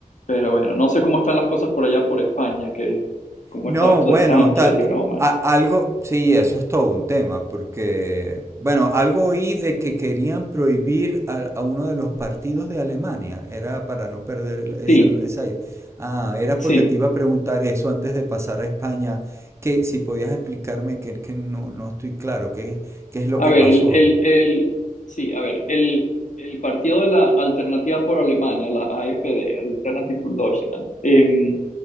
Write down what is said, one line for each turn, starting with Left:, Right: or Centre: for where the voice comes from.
Left: pero bueno, no sé cómo están las cosas por allá por España, que cómo
Right: No,
Left: está esto
Right: bueno,
Left: de Sánchez
Right: ta-
Left: y broma.
Right: a- algo, sí, eso es todo un tema, porque, bueno, algo oí de que querían prohibir a, a uno de los partidos de Alemania, era para no perder el- ese,
Left: Sí,
Right: esa... i- Ah, era
Left: sí.
Right: porque te iba a preguntar eso antes de pasar a España, que si podías explicarme que, que no, no estoy claro, qué, qué es lo
Left: A
Right: que
Left: ver,
Right: pasó.
Left: el, el, el- sí, a ver, el, el partido de la Alternativa por Alemania, la AfD, Alternative for Deutschland, em,